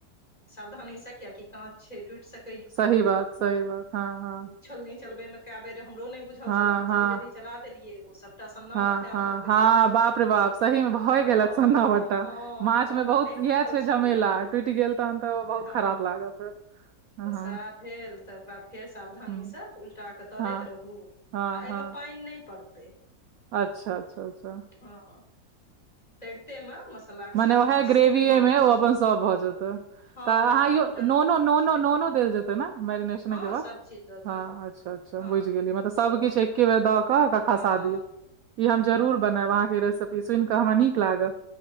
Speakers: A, on the left; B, on the right.
A: सावधानी से कियाकि काच छै टूट सके
B: सही बात सही बात हँ हँ
A: छोलनी चलबै मे कए बैर रह हमरो नहि बुझल
B: हँ
A: छलै हम
B: हँ
A: जल्दी जल्दी चला देलियै ओ सब सभटा सन्ना
B: हँ
A: बट्टा
B: हँ
A: भऽ गेलै
B: हँ बाप रे बाप सही मे भए
A: हँ
B: गेलथि सन्ना बट्टा
A: हँ
B: माछ
A: तऽ
B: मे
A: हमरा
B: बहुत
A: नहि
B: इएह
A: बुझल
B: छै झमेला
A: छलए
B: टुटि गेल तहन तऽ बहुत
A: हँ
B: खराब लागत फेर हँ
A: तऽ सेहय भेल तऽ ओकरा फेर सावधानी
B: हम्म,
A: से उलटा कऽ तरैत
B: हँ
A: रहू
B: हँ
A: आ एहिमे
B: हँ
A: पानि नहि पड़तै
B: अच्छा अच्छा अच्छा
A: हँ तरिते मे मसालाक
B: मने
A: संग
B: उएह
A: माछ
B: ग्रेवी
A: सिद्ध भऽ
B: मे
A: जाइ
B: ओ
A: छै
B: अपन सभ भ जेते
A: हँ
B: त अहाँ
A: वाह मटन
B: नोनो नोनो
A: चिकेन
B: नोनो
A: जे
B: देल जेतै ने मैरिनेशने
A: हँ
B: के बाद
A: सब चीज दऽ दियौ
B: हँ अच्छा
A: हँ
B: बुझि गेलियै मतलब सभकिछ
A: सब चीज
B: एके
A: दऽ दियौ
B: बेर द क ओकरा कसा
A: हँ
B: दियो ई हम जरूर
A: हँ
B: बनायब अहाँके रेसिपी सुनि क हमरा नीक लागल